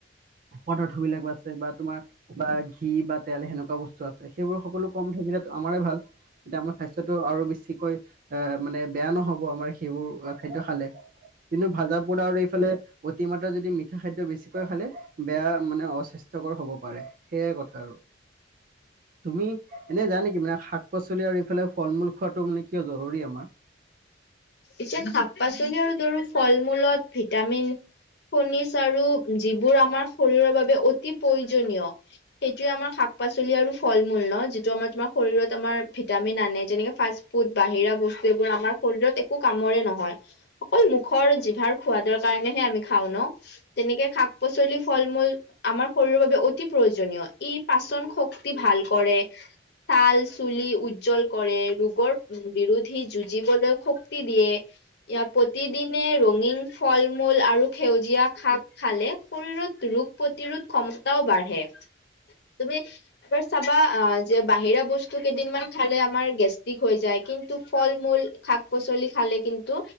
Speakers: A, on the right; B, on the left.
A: পদাৰ্থ বিলাক আছে বা তোমাৰ বা ঘি বা তেল সেনেকুৱা বস্তু আছে সেইবোৰ সকলো কম থাকিলে আমাৰে ভাল তেতিয়া আমাৰ স্বাস্থ্যটো আৰু বেছিকৈ এ মানে বেয়া নহব আমাৰ সেইবোৰ খাদ্য খালে কিন্তু ভাজা পুৰা আৰু এইফালে অতিমাত্ৰা যদি মিঠা খাদ্য বেছিকৈ খালে বেয়া মানে অস্বাস্থ্যকৰ হব পাৰে সেইয়াই কথা আৰু তুমি এনে জানে কি মানে শাক পাচলি আৰু ইফালে ফল মূল খোৱাটো মানে কিয় জৰুৰী আমাৰ
B: এতিয়া শাক পাচলি আৰু দৰো ফল মূলত ভিটামিন খনিচ আৰু যিবোৰ আমাৰ শৰীৰৰ বাবে অতি প্ৰয়োজনীয় সেইটোয়ে আমাৰ শাক পাচলি আৰু ফল মূল ন যিটো আমাৰ আমাৰ শৰীৰত আমাৰ ভিটামিন আনে যেনেকে ফাষ্ট ফুড বাহিৰা বস্তু এইবোৰ আমাৰ শৰীৰত একো কামৰে নহয় অকল মুখৰ জিভাৰ খোৱাদৰ কাৰণে হে আমি খাওঁ ন তেনেকে শাক পাচলি ফল মূল আমাৰ শৰীৰৰ বাবে অতি প্ৰয়োজনীয় ই পাচন শক্তি ভাল ভাল কৰে ছাল চুলি উজ্জ্বল কৰে ৰোগৰ বিৰোধী যুঁজিবলৈ শক্তি দিয়ে ইয়াৰ প্ৰতিদিনে ৰঙীন ফল মূল আৰু সেউজীয়া শাক খালে শৰীৰত ৰোগ প্ৰতিৰোধ ক্ষমতাও বাঢ়ে তুমি এবাৰ চাবা অ যে বাহিৰা বস্তু কেইদিনমান খালে আমাৰ গেষ্টিক হৈ যায় কিন্তু ফল মূল শাক পাচলি খালে কিন্তু